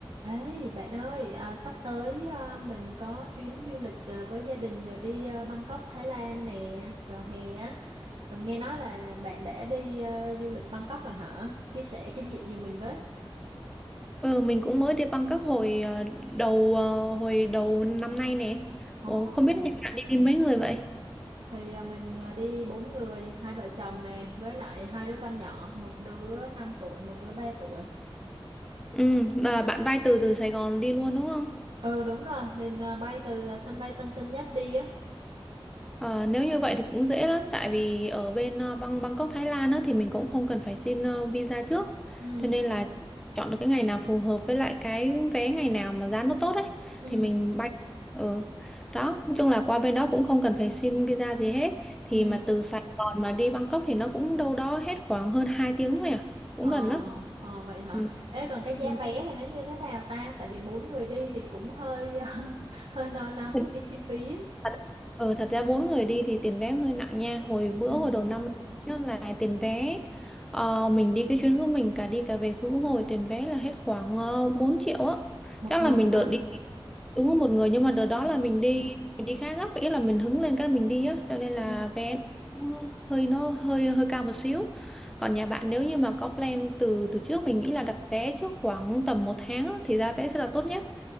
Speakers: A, on the right (about 65°); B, in the centre.
A: Ê, bạn ơi, à, sắp tới à, mình có chuyến du lịch à, với gia đình à, đi à, Bangkok, Thái Lan nè, vào hè á. Và nghe nói là bạn đã đi à, du lịch Bangkok rồi hả? Chia sẻ kinh nghiệm giùm mình với.
B: Ừ, mình cũng mới đi Bangkok hồi ờ, đầu ờ, hồi đầu năm nay nè.
A: Ồ,
B: Ủa, không biết nhà bạn đi tìm mấy người vậy?
A: thì à, mình à, đi bốn người, hai vợ chồng nè, với lại hai đứa con nhỏ, một đứa 5 tuổi, một đứa 3 tuổi.
B: Ừ, là bạn bay từ từ Sài Gòn đi luôn đúng không?
A: Ừ, đúng rồi, mình à, bay từ à, sân bay Tân Sơn Nhất đi á.
B: Ờ, nếu như vậy thì cũng dễ lắm tại vì ở bên ờ, Bang Bangkok Thái Lan á, thì mình cũng không cần phải xin ờ, visa trước
A: Ừ,
B: cho nên là chọn được cái ngày nào phù hợp với lại cái vé ngày nào mà giá nó tốt ấy
A: ừ,
B: thì mình bay ừ. đó nói chung là qua bên đó cũng không cần phải xin visa gì hết thì
A: ừ.
B: mà từ Sài Gòn mà đi Bangkok thì nó cũng đâu đó hết khoảng hơn 2 tiếng thôi à cũng
A: Ờ,
B: gần lắm
A: ờ vậy hả?
B: ừ.
A: Ê, còn cái giá
B: Ừ.
A: vé này nó như thế nào ta? Tại vì bốn người đi thì cũng hơi <laughs> hơi lo lắng
B: Thật-
A: về cái chi phí á.
B: thật- Ừ, thật ra bốn người đi thì tiền vé hơi nặng nha hồi bữa
A: Ừ,
B: hồi đầu năm đó là tiền vé ờ, mình đi cái chuyến của mình cả đi cả về khứ hồi tiền vé là hết khoảng uh, 4 triệu á
A: một
B: chắc
A: người
B: là mình
A: hả?
B: đợt đi đúng có một người nhưng mà đợt đó
A: Ừ,
B: là mình đi mình đi khá gấp ý là mình hứng lên cái mình đi á cho nên
A: ừ
B: là vé nó hơi nó hơi hơi cao một xíu còn nhà bạn nếu như mà có plan từ từ trước mình nghĩ là đặt vé trước khoảng tầm một tháng á, thì ra vé sẽ là tốt nhất